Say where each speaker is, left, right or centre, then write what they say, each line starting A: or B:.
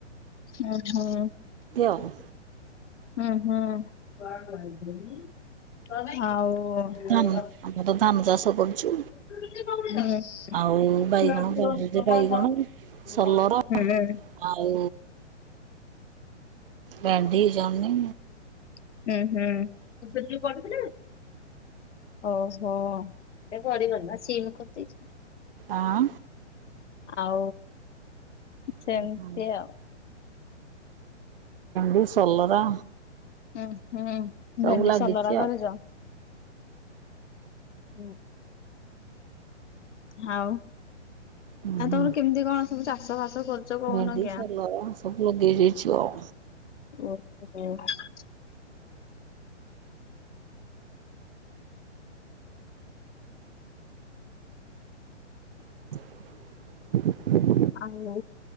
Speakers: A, on the left; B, on the right.
A: ହୁଂହୁଂ
B: ଆଉ
A: ହୁଂହୁଂ
B: ଧାନ
A: ଆଉ
B: ଆମେ ତ ଧାନ ଚାଷ କରୁଛୁ ଆଉ
A: ହୁଂ
B: ବାଇଗଣ ବାଡିରେ ବାଇଗଣ ସଲରା ଆଉ ଭେଣ୍ଡିି ଜହନି
A: ହୁଁ ହୁଁ <unintelligible> ଓହୋ ଏ ପଡ଼ିବନି ସୀନ କରିଦେଇଛି।
B: ଆଁ
A: ଆଉ ସେମିତି
B: ଓହୋ
A: ଆଉ
B: ଭେଣ୍ଡି ସଲରା।
A: ହୁଁ ହୁଁ
B: ସବୁ
A: ଭେଣ୍ଡି
B: ଲାଗିଛି
A: ସଲରା
B: ଆଉ
A: କରୁଚ। ହୁଁ ଯାଉ।
B: ହୁଁ
A: ଆ
B: ହୁଁ
A: ତମର କେମିତିକଣ ସବୁ ଚାଷବାସ କରୁଚ କହୁନ
B: ଭେଣ୍ଡି
A: ଆଜ୍ଞା?
B: ସଲରା ସବୁ ଅଗେଇ ଦେଇଛୁ ଆଉ।
A: <unintelligible>
B: <inaudible>
A: ଆଉ